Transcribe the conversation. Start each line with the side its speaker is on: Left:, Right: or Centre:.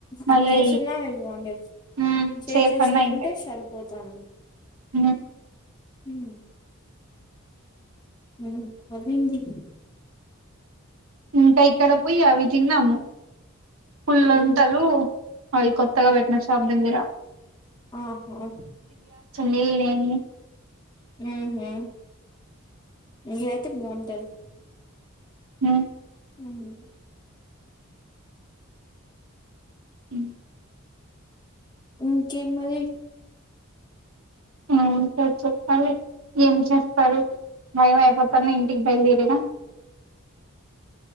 Right: మళ్ళీ
Left: అట్లా చేసినా మీరు బాగుండేది
Right: ఉహ్
Left: షేర్
Right: సేఫ్
Left: చేసుకుంటే
Right: అన్నా అయి ఉండేది
Left: <unintelligible>
Right: ఉహ్
Left: హమ్ ఉహ్ వెళ్ళింది
Right: ఉహ్ కై కడపుయి అవి తిన్నాము పుల్ళంటలు
Left: ఏది
Right: అవి కొత్తగా పెట్టిన షాప్ దగ్గర
Left: ఆహా
Right: నేనే
Left: ఉహ్ ఉహ్ ఇదయితే బాగుంటది
Right: ఉహ్
Left: ఉహ్
Right: అ
Left: ఇంకేం మరి
Right: ఆ ఇంక చెప్పాలి. ఏం చేస్తారు టైం అయిపోతుంది ఇంటికి బయలుదేరేనా?